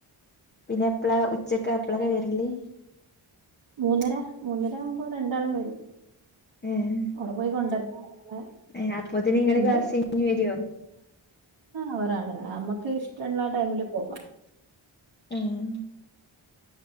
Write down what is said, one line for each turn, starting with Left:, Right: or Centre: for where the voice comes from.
Left: പിന്നെ എപ്പളാ ഉച്ചക്കെ എപ്പളൊക്കെ വരല്
Right: മൂന്നര മൂന്നര ആവുമ്പോ രണ്ടാളും വരും
Left: ഏഹ്
Right: അവിടെ പോയി കൊണ്ടരണം അങ്ങനെ <unintelligible>
Left: ഏഹ് അപ്പോത്തിന് ഇങ്ങള്
Right: എന്റെ
Left: ക്ലാസ് കഴിഞ്ഞ് വരോ
Right: അവരാണ് നമ്മുക്ക് ഇഷ്ടള്ള ആ ടൈമില് പോവ
Left: ഉം